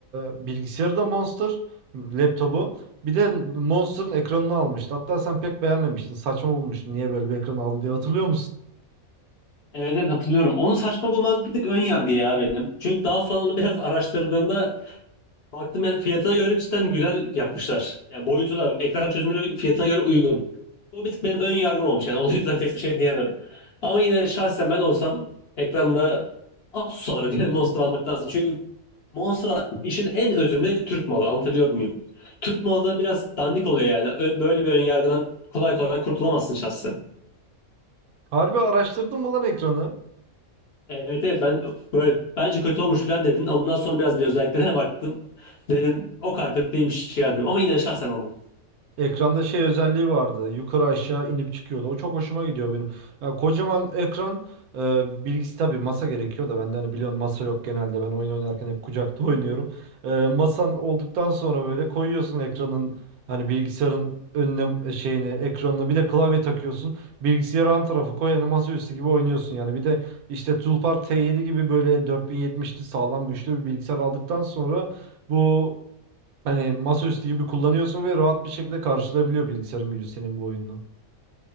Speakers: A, on the right; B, on the left.
A: bilgisayarı da Monster laptopu. Bir de Monster'ın ekranını almıştı. Hatta sen pek beğenmemiştin. Saçma bulmuştun. Niye böyle bir ekran aldı diye hatırlıyor musun?
B: Evet evet hatırlıyorum. Onu saçma bulmak bir tık ön yargı ya benim. Çünkü daha sonra onu biraz araştırdığımda Baktım yani fiyatına göre cidden güzel yapmışlar. Yani boyutu da ekran çözünürlüğü fiyatına göre uygun. Bu bir tık benim ön yargım olmuş yani. <laughs> O yüzden pek bir şey diyemem. Ama yine şahsen ben olsam ekranda Asus alırım yani Monster almaktansa. Çünkü Monster işin en özünde Türk malı. Anlatabiliyor muyum? Türk malı da biraz dandik oluyor yani. Ö- Böyle bir ön yargıdan kolay kolay kurtulamazsın şahsen.
A: Harbi araştırdın mı lan ekranı?
B: Evet evet ben böyle bence kötü olmuş falan dedin. Ondan sonra biraz bir özelliklerine baktım. Dedim o kadar kötü değilmiş ya dedim. Ama yine de şahsen olmam.
A: Ekranda şey özelliği vardı. Yukarı aşağı inip çıkıyordu. O çok hoşuma gidiyor benim. Ya kocaman ekran e, bilgisi tabii masa gerekiyor da bende hani biliyorsun masa yok genelde. Ben oyun oynarken hep kucakta <laughs> oynuyorum. E, masan olduktan sonra böyle koyuyorsun ekranın hani bilgisayarın önüne şeyine ekranına bir de klavye takıyorsun. Bilgisayarı an tarafı koy yani masaüstü gibi oynuyorsun yani. Bir de işte Tulpar T7 gibi böyle 4070'li sağlam güçlü bir bilgisayar aldıktan sonra bu Hani masaüstü gibi kullanıyorsun ve rahat bir şekilde karşılayabiliyor bilgisayarın gücü senin bu oyununu.